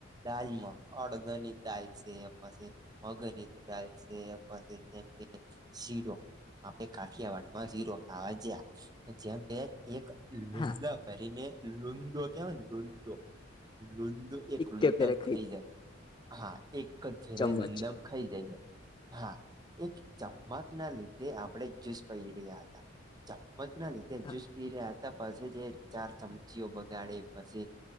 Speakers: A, on the right; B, on the left.
A: દાલમાં અડધની દાલ છે પાસે. મગનની <unintelligible> છે પછી જેમ કે શીરો આપણે કાઠિયાવાડ માં જઝીરો ખાવા જયા જેમ કે એક લુંડા
B: હા
A: કરી ને લુંડો કહેવાય ને લુંડો લુંડુ એક લુંદમ
B: કે પેરે
A: ખાઈ
B: ગયા
A: જાય હા એક <unintelligible>
B: ચમચ
A: લુંદમ ખાઈ જયો હા એક ચમમક ના લીધે આપણે જ્યુસ પહી રહ્યા હતા. મત ના લીધ
B: હા
A: જૂસ પી રહ્યા હતા પછી જે ચાર ચમચીઓ બગાડે પછી